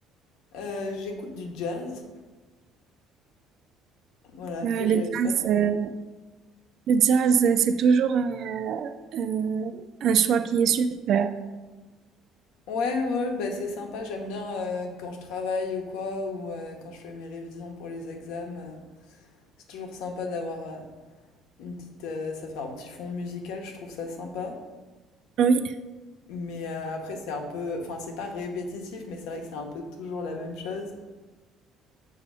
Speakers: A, on the left; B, on the right.
A: euh, j'écoute du jazz, voilà,
B: Bah,
A: que
B: le
A: j'avais
B: jazz,
A: pas trop...
B: euh, le jazz, euh, c'est toujours euh, euh, un choix qui est super.
A: Ouais, ouais, bah c'est sympa, j'aime bien euh, quand je travaille ou quoi, ou euh, quand je fais mes révisions pour les examens. euh, c'est toujours sympa d'avoir... euh, Une petite, euh, ça fait un petit fond musical, je trouve ça sympa.
B: Oui,
A: Mais euh, après, c'est un peu, enfin, c'est pas répétitif, mais c'est vrai que c'est un peu toujours la même chose.